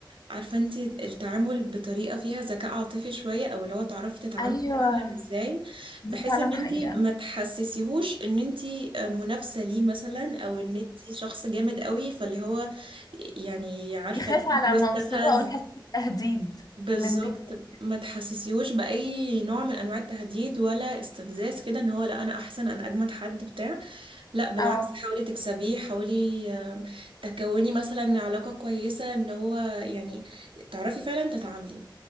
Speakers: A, on the right; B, on the left.
A: عارفة انتي التعامل بطريقة فيها ذكاء عاطفي شوية او اللي هو تعرفي تتعاملي
B: ايوه
A: فعلا ازاي
B: دي
A: بحيث
B: فعلا
A: ان
B: حقيقة
A: انتي ما تحسسيهوش ان انتي آه، منافسة ليه مثلا او ان انتي شخص جامد قوي فاللي هو يعني عارفة
B: يخاف على
A: انتي يستفز
B: منصبه أو يحس بتهديد
A: بالظبط
B: من تك-
A: ما تحسسيهوش بأي نوع من انواع التهديد ولا استفزاز كده ان هو لا انا احسن انا اجمد حد بتاع لا بالعكس
B: اه
A: حاولي تكسبيه حاولي آم، تكوني مثلا علاقة كويسة ان هو يعني تعرفي فعلا تتعاملي